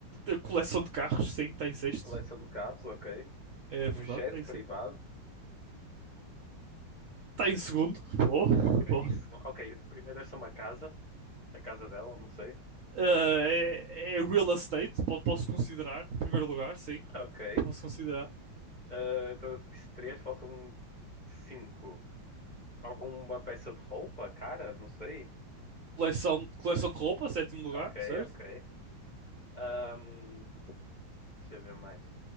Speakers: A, on the right; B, on the left.
A: a coleção de carros, sim, está em sexto.
B: Coleção de carros, ok.
A: É verdade,
B: Um jet
A: está em
B: privado.
A: sexto. Está em segundo. Bom,
B: Ok,
A: bom.
B: isso, ok, primeiro deve ser uma casa, a casa dela, não sei.
A: Ah, é, é real estate, posso considerar. Primeiro lugar, sim.
B: Ok.
A: Posso considerar.
B: Ah, então eu tô de três, faltam cinco. Alguma peça de roupa, cara? Não sei.
A: Coleção, coleção de roupa, sétimo lugar,
B: Ok,
A: certo?
B: ok. Ahm, deixa eu ver mais.